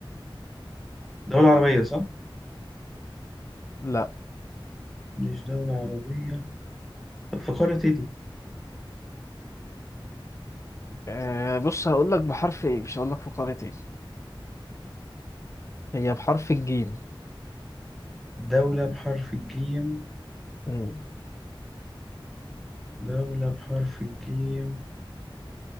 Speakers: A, in the centre; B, on the left.
A: دولة عربية صح؟
B: لا
A: مش دولة عربية طب في قارة ايه دي؟
B: آه، بص هقول لك بحرف ايه مش هقول لك في قارة ايه هي بحرف الجيم
A: دولة بحرف الجيم
B: مم.
A: دولة بحرف الجيم